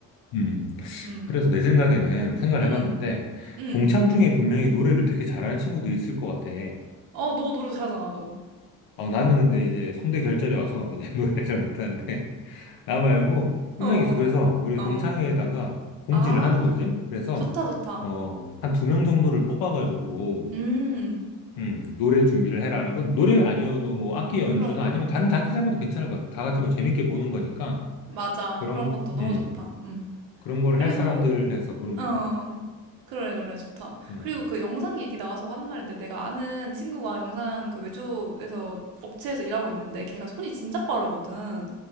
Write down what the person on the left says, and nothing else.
음.
그래서 내 생각에는 생각을
해봤는데,
동창 중에 분명히 노래를 되게 잘하는 친구도 있을 것 같아.
어, 나는 근데 이제 성대 결절이 와서 이제 <laughs> 노래를 잘 못하는데, 나 말고 분명히
있어. 그래서 우리
동창회에다가 공지를
하는 거지. 그래서,
어, 한 두 명 정도를 뽑아가지고,
음, 노래 준비를 해라는 건 노래 아니어도 뭐 악기 연주나
아니면 다른 장기자랑도 괜찮을 것 같아. 다 같이 뭐 재밌게 보는 거니까.
그런,
음,
그런 걸
할 사람들 해서 보면
될 것 같아.
음.